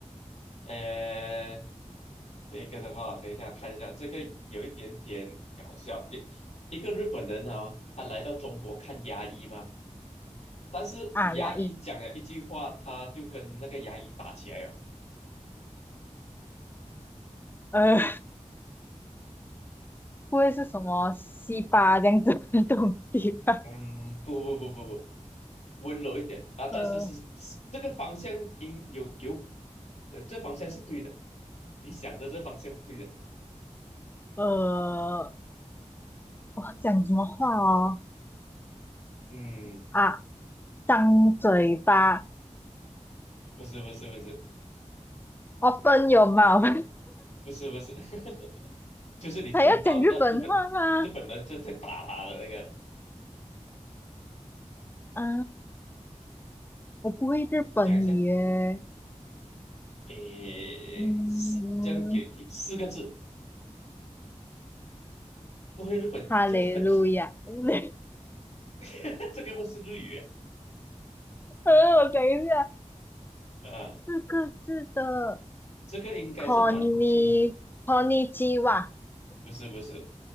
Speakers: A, on the left (about 65°); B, on the left (about 15°).
A: 诶，这个的话，等一下看一下，这个有一点点搞笑，一一个日本人啊，他来到中国看牙医嘛，但是牙医讲了一句话，
B: 啊，压抑。
A: 他就跟那个牙医打起来了。
B: 呃，不会是什么西巴这样子的东西吧？
A: 嗯，不不不不不，温柔一点啊，但是是是这个方向应有有，
B: <laughs> 呃
A: 对，这方向是对的，你想的这方向是对的。
B: 呃，我讲什么话哦？
A: 嗯，
B: 啊，张嘴巴
A: 不是不是不是
B: ，open your mouth，
A: 不是不是，<laughs> 就是你听到那日本日本人就在打他的那个，
B: <laughs> 还要讲日本话吗？啊，我不会日本语耶。
A: 讲一下，诶，
B: 嗯，
A: 四这样给提四个字，不会日本就很粗，
B: 哈利路亚。<laughs>
A: <laughs> 这个不是日语
B: 呃，我想一下，
A: 啊，
B: 四个字的
A: 这个应该是蛮轻的，
B: c o n n i c o n i c h i w a
A: 不是不是。